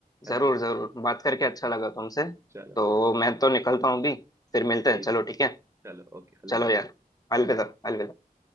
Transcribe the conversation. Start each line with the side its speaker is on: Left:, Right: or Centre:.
Right: है
Left: जरूर
Right: ना
Left: जरूर बात करके अच्छा लगा तुमसे
Right: चलो
Left: तो मैं तो निकलता हूँ अभी फिर मिलते
Right: ठीक
Left: हैं चलो
Right: है
Left: ठीक है
Right: चलो ओके अलविदा
Left: चलो यार अलविदा अलविदा